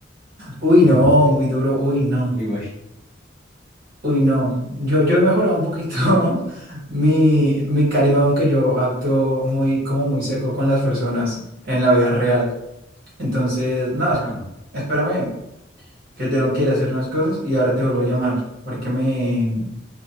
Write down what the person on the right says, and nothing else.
Uy,
no, muy duro. Uy, no.
Uy, no. Yo, yo he mejorado un poquito <laughs> mi, mi carisma, aunque yo actúo muy, como muy seco con las personas en la vida real. Entonces, no,
es- espérame, que tengo que ir a hacer unas cosas y ahora te vuelvo a llamar, porque me,